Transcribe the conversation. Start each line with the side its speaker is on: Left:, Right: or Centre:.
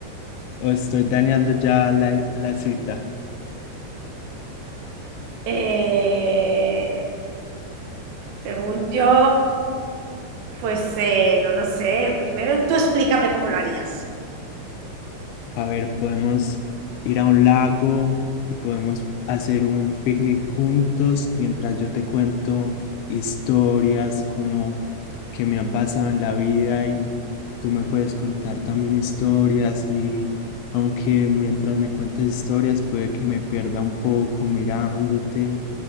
Left: o estoy dañando ya la la cita.
Right: Eh, según yo, pues eh, no lo sé. Primero tú explícame cómo lo harías.
Left: A ver, podemos ir a un lago y podemos hacer un picnic juntos mientras yo te cuento historias como que me han pasado en la vida y tú me puedes contar también historias y aunque mientras me cuentas historias puede que me pierda un poco mirándote